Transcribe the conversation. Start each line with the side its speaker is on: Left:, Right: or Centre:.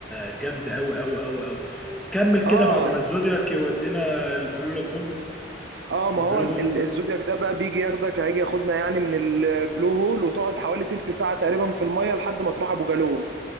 Centre: جامده قوي قوي قوي قوي كمل كده
Right: اه
Centre: بعد ما الزودياك يودينا البلو لاجون
Right: اه ما
Centre: البلو
Right: هو ال-
Centre: هول
Right: ال- الزودياك ده بقى بيجي ياخدك هيجي ياخدنا يعني من البلو هول وتقعد حوالي تلت ساعة تقريبا في المية لحد ما تروح ابو جالوم